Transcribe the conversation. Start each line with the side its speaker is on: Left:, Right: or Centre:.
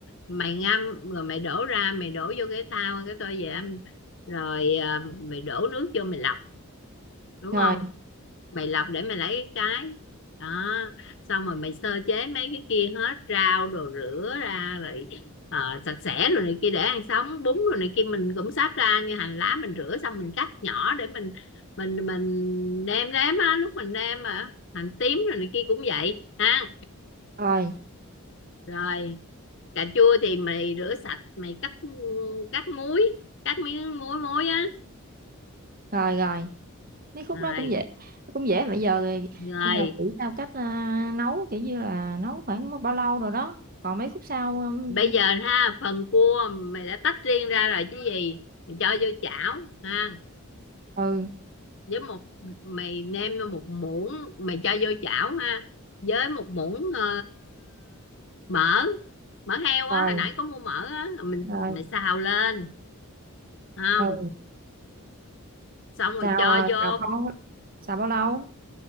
Left: mày ngâm rồi mày đổ ra mày đổ vô cái thau cái tô vậy, rồi à, mày đổ nước vô mày lọc đúng
Right: rồi
Left: không mày lọc để mày lấy cái cái đó xong rồi mày sơ chế mấy cái kia hết rau đồ rửa ra rồi ờ, sạch sẽ rồi này kia để ăn sống bún rồi này kia mình cũng sắp ra như hành lá mình rửa xong mình cắt nhỏ để mình mình mình nêm nếm á lúc mình nêm mà hành tím rồi này kia cũng vậy ha
Right: rồi
Left: rồi cà chua thì mày rửa sạch mày cắt cắt muối cắt miếng muối muối á
Right: rồi rồi mấy khúc
Left: rồi
Right: đó cũng dễ cũng dễ mà bây giờ thì-
Left: rồi
Right: bây giờ chỉ tao cách à, nấu kiểu như là nấu khoảng bao lâu rồi đó còn mấy khúc sau um,
Left: bây giờ ha phần cua mày đã tách riêng ra rồi chứ gì mày cho vô chảo ha
Right: ừ
Left: với một mày nêm một muỗng mày cho vô chảo ha với một muỗng ờ, mỡ mỡ heo
Right: rồi
Left: á hồi nãy có mua mỡ á mình
Right: rồi
Left: mày xào lên không
Right: ừ
Left: xong rồi
Right: xào
Left: cho
Right: à,
Left: vô
Right: xào bao xào bao lâu